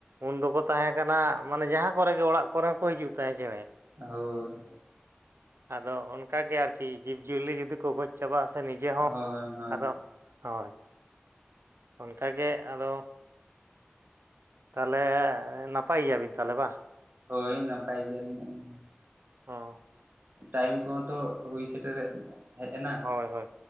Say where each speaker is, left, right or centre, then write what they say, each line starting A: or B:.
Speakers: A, on the right (about 80°); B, on the right (about 55°).
A: ᱩᱱ ᱫᱚᱠᱚ ᱛᱟᱦᱮᱸ ᱠᱟᱱᱟ ᱢᱟᱱᱮ ᱡᱟᱦᱟᱸ ᱠᱚᱨᱮ ᱜᱮ ᱚᱲᱟᱜ ᱠᱚᱨᱮ ᱦᱚᱸᱠᱚ ᱦᱤᱡᱩᱜ ᱛᱟᱦᱮᱸᱫ ᱪᱮᱬᱮ᱾
B: ᱦᱳᱭ᱾
A: ᱟᱫᱚ ᱚᱱᱠᱟ ᱜᱮ ᱟᱨᱠᱤ ᱡᱤᱵᱽ ᱡᱤᱭᱟᱹᱞᱤ ᱡᱩᱫᱤ ᱠᱚ ᱜᱚᱡᱽ ᱪᱟᱵᱟᱜᱟ ᱥᱮ ᱱᱤᱡᱮ ᱦᱚᱸ
B: ᱦᱳᱭ ᱦᱳᱭ
A: ᱟᱫᱚ ᱦᱳᱭ <unintelligible> ᱚᱱᱠᱟ ᱜᱮ ᱟᱫᱚ ᱛᱟᱦᱚᱞᱮ ᱱᱟᱯᱟᱭ ᱜᱮᱭᱟᱵᱤᱱ ᱛᱟᱦᱚᱞᱮ ᱵᱟᱝ?
B: ᱦᱳᱭ ᱱᱟᱯᱟᱭ ᱜᱮᱭᱟᱞᱤᱧ ᱟᱞᱤᱧ ᱦᱚ।
A: <unintelligible> ᱚ
B: ᱴᱟᱭᱤᱢ ᱠᱚᱦᱚᱸ ᱛᱚ ᱦᱩᱭ ᱥᱮᱴᱮᱨ ᱦᱮᱫ ᱦᱮᱡ ᱮᱱᱟ᱾
A: ᱦᱳᱭ ᱦᱳᱭ᱾